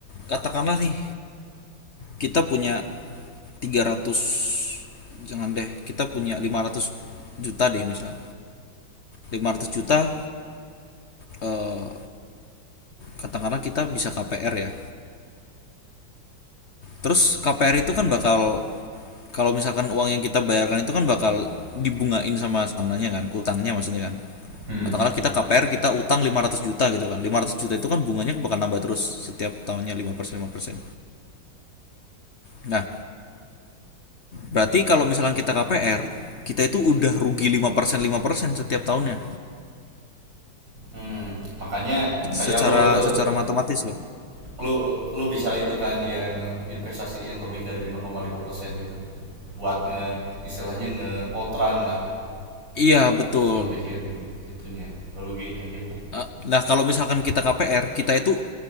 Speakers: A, on the left; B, on the right.
A: katakanlah nih kita punya tiga ratus jangan deh kita punya lima ratus juta deh misal lima ratus juta eh, katakanlah kita bisa KPR ya terus KPR itu kan bakal kalau misalkan uang yang kita bayarkan itu kan bakal dibungain sama sananya kan utangnya maksudnya kan
B: hmm.
A: katakanlah kita KPR kita utang 500 juta gitu kan 500 juta itu kan bunganya bakal nambah terus setiap tahunnya lima persen lima persen nah berarti kalau misalkan kita KPR kita itu udah rugi lima persen 5% setiap tahunnya
B: Hmm, makanya kayak
A: secara
B: lu itu
A: secara matematis loh
B: lu lu bicara itu kan yang investasiin lebih dari 5,5% gitu buat nge istilahnya nge outran lah
A: Iya betul.
B: ngelebihin itunya ruginya kita
A: Eh, Nah kalau misalkan kita KPR, kita itu